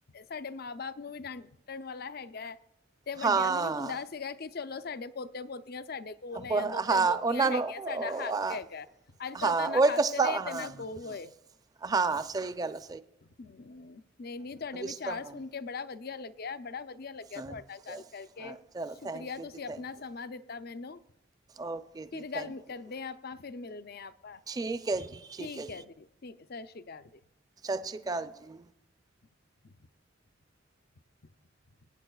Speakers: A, on the left (about 50°); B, on the right (about 20°).
A: ਸਾਡੇ ਮਾਂ ਬਾਪ ਨੂੰ ਵੀ ਡਾਂਟਣ ਵਾਲਾ ਹੈਗਾ ਐ। ਤੇ ਵੱਡਿਆਂ
B: ਹਾਂ
A: ਨੂੰ ਵੀ ਹੁੰਦਾ ਸੀਗਾ ਕਿ- ਚਲੋ ਸਾਡੇ ਪੋਤੇ ਪੋਤੇ- ਪੋਤੀਆਂ ਸਾਡੇ ਕੋਲ ਐ
B: ਬ-
A: ਜਾਂ ਦੋਤੇ,
B: ਹਾਂ
A: ਦੋਤੀਆਂ
B: ਉਹਨਾਂ
A: ਹੈਗੀਆਂ
B: ਨੂੰ ਉਹ-
A: ਸਾਡਾ ਹੱਕ
B: ਆ-
A: ਹੈਗਾ। ਅੱਜ ਕੱਲ੍ਹ
B: ਹਾਂ
A: ਤਾਂ ਨਾ
B: ਉਹ ਇੱਕ
A: ਹੱਕ
B: ਸਤਾ
A: ਰਏ
B: ਹਾਂ
A: ਤੇ
B: ਹਾਂ
A: ਨਾ ਕੋਲ ਹੋਏ।
B: ਹਾਂ ਸਈ ਗੱਲ ਐ।
A: ਹੂੰ- ਨਈ ਨਈ ਤੁਡੇ ਵਿਚਾਰ
B: ਸਤਾਵਣ
A: ਸੁਣ ਕੇ ਬੜਾ ਵਧੀਆ ਲੱਗਿਆ। ਬੜਾ ਵਧੀਆ ਲੱਗਿਆ
B: ਹਾਂ
A: ਤੁਹਾਡੇ ਨਾਲ ਗੱਲ
B: ਚਲੋ
A: ਕਰਕੇ।
B: ਹਾਂ ਚਲੋ
A: ਸ਼ੁਕਰੀਆ
B: ਥੈਂਕ ਯੂ
A: ਤੁਸੀਂ
B: ਜੀ
A: ਆਪਣਾ
B: ਥੈਂਕ ਯੂ
A: ਸਮਾਂ ਦਿੱਤਾ। ਮੈਨੂੰ
B: ਓਕੇ
A: ਫਿਰ
B: ਜੀ
A: ਗੱਲ
B: ਥੈਂਕ
A: ਕਰਦੇ
B: ਯੂ ਜੀ
A: ਆਂ ਆਪਾਂ। ਫਿਰ ਮਿਲਦੇ ਆਂ ਆਪਾਂ।
B: ਠੀਕ ਹੈ ਜੀ
A: ਠੀਕ
B: ਹੈ
A: ਐ ਜੀ। ਠੀਕ ਸਾਸਰੀ ਕਾਲ ਜੀ।
B: ਸਾਸਰੀ ਕਾਲ ਜੀ।
A: <inaudible>